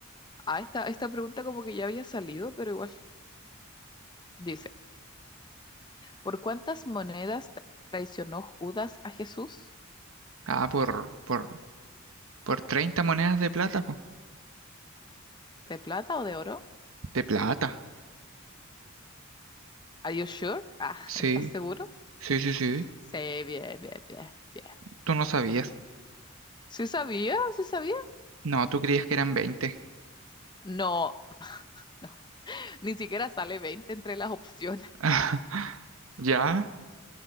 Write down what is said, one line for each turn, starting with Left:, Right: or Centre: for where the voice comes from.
Left: Ah, esta, esta pregunta como que ya había salido, pero igual. Dice, ¿por cuántas monedas traicionó Judas a Jesús?
Right: Ah, por, por, por 30 monedas de plata, po.
Left: ¿De plata o de oro?
Right: De plata.
Left: ¿Are you sure? Ah, <laughs>
Right: Sí.
Left: ¿estás seguro?
Right: Sí, sí, sí,
Left: Sí, bien, bien, bien, bien.
Right: tú no sabías.
Left: ¿Sí sabía? ¿Sí sabía?
Right: No, tú creías que eran veinte.
Left: No, no. <laughs> Ni siquiera sale 20 entre las opciones.
Right: <laughs> ¿Ya?